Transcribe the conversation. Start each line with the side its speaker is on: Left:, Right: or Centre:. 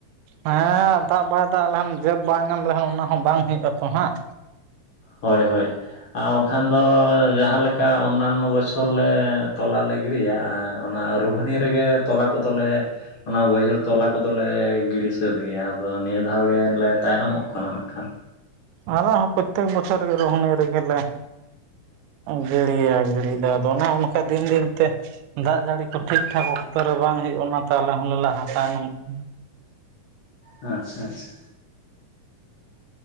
Right: ᱦᱮᱸ ᱫᱟᱜ ᱵᱟᱭ ᱫᱟᱜ ᱞᱮᱠᱷᱟᱱ ᱡᱮᱵᱽ ᱵᱟᱭ ᱧᱟᱢ ᱞᱮᱠᱷᱟᱱ ᱚᱱᱟ ᱦᱚᱸ ᱵᱟᱝ ᱦᱩᱭᱩᱜ ᱟᱛᱚ ᱦᱟᱸᱜ
Left: ᱦᱳᱭ ᱦᱳᱭ ᱟᱨ ᱵᱟᱝᱠᱷᱟᱱ ᱫᱚ ᱡᱟᱦᱟᱸᱞᱮᱠᱟ ᱩᱱᱟᱱᱱᱚ ᱵᱚᱪᱷᱚᱨ ᱞᱮ ᱛᱚᱞᱟᱞ ᱞᱮ ᱜᱤᱰᱤᱭᱟ ᱚᱱᱟ ᱨᱩᱦᱱᱤ ᱨᱮᱜᱮ ᱛᱚᱞᱟ ᱠᱚᱫᱚᱞᱮ ᱚᱱᱟ ᱵᱟᱹᱭᱦᱟᱹᱲ ᱛᱚᱞᱟ ᱠᱚᱫᱚᱞᱮ ᱜᱤᱲᱤ ᱥᱟᱹ ᱥᱟᱹᱛ ᱜᱮᱭᱟ ᱟᱫᱚ ᱱᱤᱭᱟᱹ ᱫᱷᱟᱣ ᱜᱮ ᱮᱱᱞᱮ ᱛᱟᱭᱱᱚᱢᱚᱜ ᱠᱟᱱᱟ ᱢᱮᱱᱠᱷᱟᱱ᱾
Right: ᱟᱞ ᱯᱨᱚᱛᱮᱠ ᱵᱚᱪᱷᱚᱨ ᱜᱮ ᱨᱳᱦᱚᱱᱤ ᱨᱮ ᱜᱮᱞᱮ ᱜᱤᱲᱤᱭᱟ ᱜᱤᱲᱤ ᱫᱚ ᱟᱫᱚ ᱚᱱᱮ ᱚᱱᱠᱟ ᱫᱤᱱ ᱫᱤᱱ ᱛᱮ ᱫᱟᱜ ᱡᱟᱹᱲᱤ ᱠᱚ ᱴᱷᱤᱠ ᱴᱷᱟᱠ ᱚᱠᱛᱚ ᱨᱮ ᱵᱟᱝ ᱦᱩᱭᱩᱜ ᱚᱱᱟᱛᱮ ᱟᱞᱮ ᱦᱚᱸᱞᱮ ᱞᱟᱦᱟ ᱛᱟᱭᱱᱚᱢᱚᱜ ᱠᱟᱱᱟ᱾
Left: ᱟᱪᱪᱷᱟ ᱟᱪᱪᱷᱟ᱾